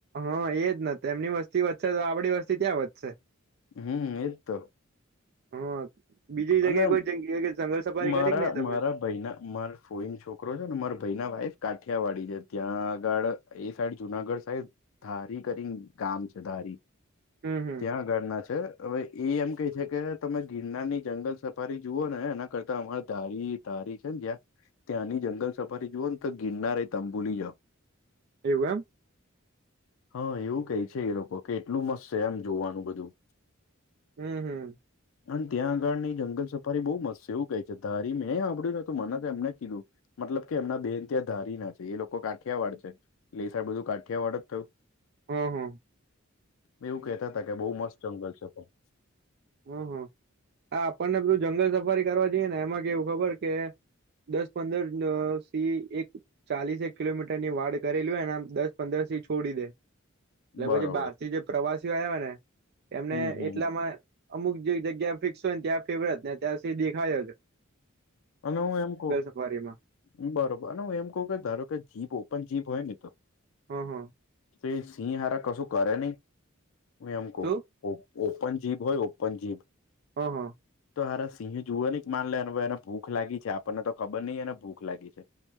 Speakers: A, on the right (about 50°); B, on the left (about 70°).
A: હા એજ નથી એમની વસ્તી વધશે તો આપડી વસ્તી ત્યાં વધશે.
B: હમ એ તો.
A: હા બીજી જગ્યાએ
B: અને
A: કોઈ જગ્યા જંગલ સફારી
B: મારા
A: કરી કે નહી તમે
B: મારા ભાઈ ના મારા. ફોઈન છોકરો છે ને મારા ભાઈ ના વાઈફ કાઠિયાવાડી છે ત્યાં આગળ એ સાઈડ જુનાગઢ સાઈડ. ધારી કરી ગામ છે ધારી.
A: હમ હમ
B: ત્યાં આગાળના છે હવે એ એમ ક છે કે તમે ગિરનારની. જંગલ સફારી જુઓ ને એના કરતા અમારે ધારી ધારી છે ને જં. ત્યાંની જંગલ સફારી જુઓ ને તો ગિરનાર એ તંમ ભુલી જાઓ.
A: એવું એમ.
B: હા એવું કઈ છે એ લોકો કે એટલું મસ્ત છે એમ જોવાનું બધું.
A: હમ હમ.
B: અંત્યા આ. બળ ની જંગલ સફારી બહુ મસ્ત છે એવું કહે છે ધારી મેંં હાભડ્યું ને હતું મને તો એમને કીધું. મતલબ કે એમના બેન ત્યાં ધારી ના છે એ લોકો કાંઠિયાવાડ છે. લેસ આ બધું કાઠિયા વાડ જ થયું.
A: હમ હા.
B: મેં એવું કહેતા હતા કે બઉુ મસ્ત જંગલ છે પણ.
A: હમ હ આ આપણને બધું જંગલ સફારી કરવા જઈએ ને એમાં કેવું ખબર કે દસ પંદર સી એક ચાલીસેક કિલોમીટર ની વાડ કરેલી હોય એને આમ દસ પંદર થી છોડી દે એટ
B: બરોબર
A: પછી બહારથી જે પ્રવાસીઓ આવ હોય ને એમને
B: હમ હમ
A: એટલામાં અમુક જે જગ્યા ફિક્સ હોય ને ત્યાં ફેવરે ને ત્યાં સુ દેખાયો છે
B: અને હું એમ કહું
A: સફારીમાં
B: બરોબર અનેને હું એમ કઉું કે ધારો કે જીપ ઓપન જીપ હોય ને તો
A: હ હ
B: તો સિંહારા કશું કરે નહી હુ એમે કો
A: શું
B: ઓપન જીભ હોય ઓપન જીભ
A: હ હ
B: તો હાર સિંહ જોવા ને માન લેને ભાઈ એને ભૂખ લાગી છે આપણને તો ખબર નહ એને ભૂખ લાગી છે.